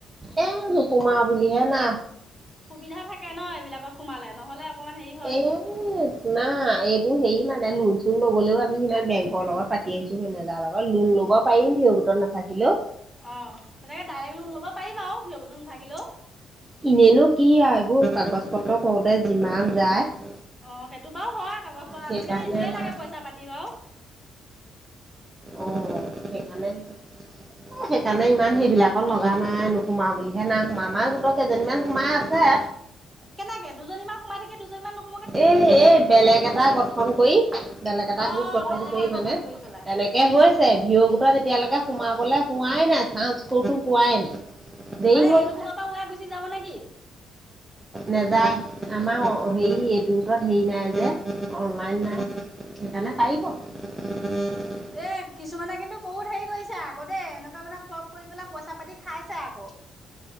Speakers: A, on the right (about 20°); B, in the centre.
A: এ নোসোমাও বুলিহে না
B: সুবিধা থাকে ন, এইবিলাকত সোমালে নহলে অকনমান হেৰি হয়
A: এ নাই এই হেৰি মানে লোন চোন ল'বলৈও আমি সিমান বেংকৰ লগত পাতি আহিছো সেনেজাৰ লগত লোন ল'ব পাৰিম ভিঅ ত নাথাকিলেও।
B: অ তেনেকে ডাইৰেক্ট লোন ল'ব পাৰি বাৰু ভিঅও গোটত নাথাকিলেও।
A: এনেনো কি আৰু এইবোৰ কাগজ পত্ৰ কৰোতে যিমান যায়
B: অ সেইটো বাৰু হয় কাগজ পোৱাত
A: সেইকাৰণে
B: আজিকালি ধেৰ
A: আমাৰ
B: লাগে পইচা পাতি বাও
A: অ সেইকাৰণে সেইকাৰণে ইমান সেইবিলাকৰ লগা নাই। সোমাওঁ বুলিহে নাই সোমা আমাৰ গোটৰ কেইজনীমান সোমাই আছে।
B: কেনেকে? দুজনীমান সোমাই থাকে দুজনীমান নহ
A: এ এ বেলেগ এটা গঠন কৰি বেলেগ এটা
B: অ
A: গোট গঠন
B: বেলেগকে
A: কৰি
B: গঠন
A: মানে
B: কৰি পেলাই
A: তেনেকে হৈছে ভিৰৱগোটত এতিয়ালৈকে সোমাবলৈ হোৱাই নাই চাঞ্চ কটো পোৱাই নাই। দেৰি
B: মানে
A: হ'ল
B: এইটো গোটৰ পৰা ওলাই গুচি যাব নেকি
A: নেজাই। আমাৰ অ হেৰি এইটো গোটত হেৰি নাই যে। ন
B: উম
A: সেইকাৰণে
B: অ
A: পাৰিব।
B: এ কিছুমানে কিন্তু বহুত হেৰি কৰিছে আকৌ দেই এনেকুৱা মানে ফ্লপ কৰি পেলাই পইচা পাতি খাইছে আকৌ।